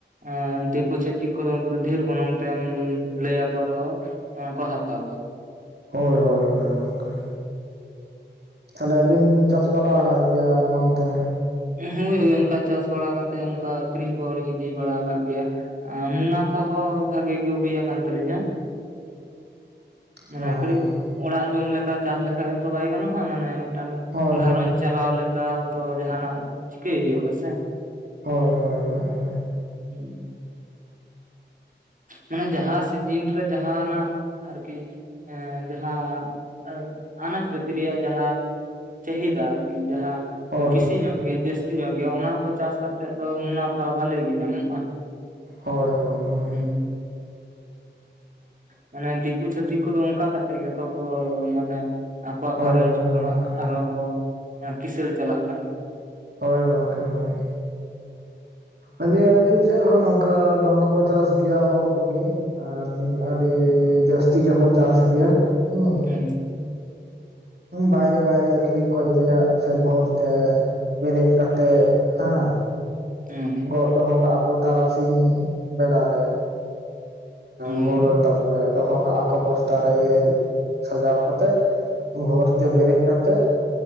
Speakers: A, on the right (about 45°); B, on the right (about 60°).
A: ᱟᱨ ᱫᱤᱠᱩ ᱪᱷᱟᱹᱛᱤᱠ ᱠᱚᱫᱚ ᱩᱱᱠᱩ ᱫᱚ ᱰᱷᱮᱨ ᱜᱚᱱᱚᱝ ᱛᱮᱢ ᱞᱟᱹᱭᱟᱠᱚ ᱨᱮ ᱦᱚᱸ ᱚᱱᱟ ᱠᱚ ᱦᱟᱛᱟᱣᱟ
B: ᱦᱳᱭ ᱦᱳᱭ ᱦᱳᱭ ᱜᱚᱝᱠᱮ ᱛᱟᱦᱚᱞᱮ ᱟᱹᱵᱤᱱ ᱵᱤᱱ ᱪᱟᱥ ᱵᱟᱲᱟ ᱠᱟᱜ ᱜᱮᱭᱟ ᱱᱚᱱᱛᱮ
A: ᱦᱮᱸ ᱚᱱᱠᱟ ᱪᱟᱥ ᱵᱟᱲᱟ ᱠᱟᱛᱮᱜ ᱚᱱᱠᱟ ᱟᱹᱠᱷᱤᱨᱤᱧ ᱠᱚᱦᱚᱸ ᱞᱤᱧ ᱤᱫᱤ ᱵᱟᱲᱟ ᱟᱠᱟᱜ ᱜᱮᱭᱟ ᱢᱩᱱᱟᱯᱷᱟ ᱦᱚᱸ ᱵᱷᱟᱹᱜᱤ ᱜᱮ ᱦᱩᱭ ᱟᱠᱟᱱ ᱛᱟᱹᱞᱤᱧᱟ ᱢᱟᱱᱮ
B: ᱦᱚᱸ
A: ᱠᱟᱹᱴᱤᱡ ᱚᱲᱟᱜ ᱡᱚᱢ ᱞᱮᱠᱟ ᱪᱟᱥ ᱞᱮᱠᱷᱟᱡ ᱦᱚᱸ ᱛᱚ ᱵᱟᱭ ᱜᱟᱱᱚᱜᱼᱟ ᱢᱟᱱᱮ ᱢᱤᱫᱴᱟᱹᱝ
B: ᱦᱳᱭ
A: ᱜᱷᱟᱸᱨᱚᱡᱽ
B: ᱦᱳᱭ
A: ᱪᱟᱞᱟᱣ ᱞᱮᱠᱟ ᱦᱚᱸ ᱛᱚ ᱡᱟᱦᱟᱱᱟᱜ ᱪᱤᱠᱟᱹᱭ ᱦᱩᱭᱩᱜᱼᱟ ᱥᱮ
B: ᱦᱳᱭ ᱦᱳᱭ ᱦᱳᱭ
A: ᱦᱩᱸᱻ ᱢᱟᱱᱮ ᱡᱟᱦᱟᱸ ᱥᱤᱡᱤᱱ ᱨᱮ ᱡᱟᱦᱟᱸᱱᱟᱜ ᱟᱨᱠᱤ ᱮ ᱡᱟᱦᱟᱸ ᱟᱱᱟᱡᱽ ᱯᱟᱹᱛᱤ ᱨᱮᱭᱟᱜ ᱡᱟᱦᱟᱸ ᱪᱟᱹᱦᱤᱫᱟ ᱟᱨᱠᱤ ᱡᱟᱦᱟᱸ
B: ᱦᱳᱭ
A: ᱵᱮᱥᱤ
B: ᱦᱳᱭ
A: ᱧᱚᱜ ᱜᱮᱭᱟ ᱡᱟᱹᱥᱛᱤ ᱧᱚᱜ ᱜᱮᱭᱟ ᱚᱱᱟ ᱠᱚ ᱪᱟᱥ ᱠᱟᱛᱮ ᱫᱚ ᱢᱩᱱᱟᱯᱷᱟ ᱵᱷᱟᱹᱞᱤ ᱜᱮ ᱧᱟᱢᱚᱜᱼᱟ
B: ᱦᱳᱭ ᱦᱳᱭ ᱦᱳᱭ
A: ᱦᱮᱸ ᱢᱟᱱᱮ ᱫᱤᱠᱩ ᱪᱷᱟᱹᱛᱤᱠ ᱠᱚᱫᱚ ᱚᱱᱠᱟ ᱠᱟᱛᱮᱜ ᱜᱮᱛᱚ ᱠᱚ ᱢᱟᱱᱮ ᱟᱠᱚᱣᱟᱜ
B: ᱦᱳᱭ
A: ᱜᱷᱟᱸᱨᱚᱡᱽ
B: ᱦᱳᱭ
A: ᱠᱷᱚᱱᱟᱜ
B: ᱜᱚᱝᱠᱮ
A: ᱟᱨᱦᱚᱸ ᱠᱚ ᱠᱤᱥᱟᱹᱬ ᱪᱟᱞᱟᱜ ᱠᱟᱱᱟ
B: ᱦᱳᱭ ᱜᱚᱝᱠᱮ ᱦᱳᱭ ᱟᱹᱞᱤ ᱟᱹᱞᱤᱧ ᱥᱮᱫ ᱦᱚᱸ ᱱᱚᱝᱠᱟ ᱫᱚᱢᱮ ᱠᱚ ᱪᱟᱥ ᱜᱮᱭᱟ ᱦᱚᱲ ᱠᱚᱜᱮ ᱟᱨ ᱟᱹᱰᱤ ᱡᱟᱹᱥᱛᱤ ᱜᱮᱠᱚ ᱪᱟᱥ ᱜᱮᱭᱟ ᱦᱩᱸ
A: <unintelligible>
B: ᱵᱟᱭᱨᱮ ᱵᱟᱭᱨᱮ ᱟᱠᱷᱨᱤᱧ ᱠᱚ ᱤᱫᱤᱭᱟ ᱥᱮ ᱵᱷᱳᱨ ᱛᱮ ᱵᱮᱨᱮᱫ ᱠᱟᱛᱮᱜ ᱦᱮᱸ
A: ᱦᱩᱸ
B: ᱜᱚᱜ ᱫᱚᱦᱚ ᱠᱟᱜᱼᱟ ᱠᱚ ᱛᱟᱨᱟᱥᱤᱧ ᱵᱮᱲᱟ ᱨᱮ
A: ᱦᱮᱸ
B: ᱵᱷᱳᱨ ᱛᱟ ᱛᱟᱯᱚᱨᱮ ᱫᱚᱦᱚ ᱠᱟᱜᱼᱟ ᱠᱚ, ᱵᱚᱥᱛᱟ ᱨᱮ ᱥᱟᱡᱟᱣ ᱠᱟᱛᱮᱜ ᱵᱷᱳᱨ ᱛᱮ ᱵᱮᱨᱮᱜ ᱠᱟᱛᱮᱜ